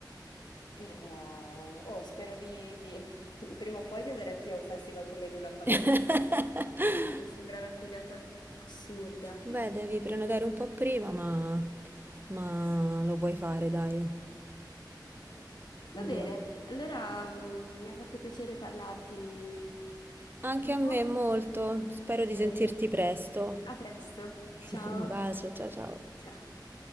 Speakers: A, on the left; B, on the right.
A: Però oh, spero di, di- <laughs> prima o poi di andare anch'io a un festival come Lollapalooza
B: mh.
A: perché mi
B: <laughs>
A: sembra una figata assurda.
B: Beh, devi prenotare un po' prima, ma, ma lo puoi fare, dai.
A: Ok. Va bene,
B: Io.
A: allora mm, mi ha fatto piacere parlarti
B: Anche
A: un
B: a me
A: po'
B: molto, spero di
A: e
B: sentirti presto.
A: a presto.
B: <laughs>
A: Ciao.
B: Un bacio, ciao ciao.
A: Ciao.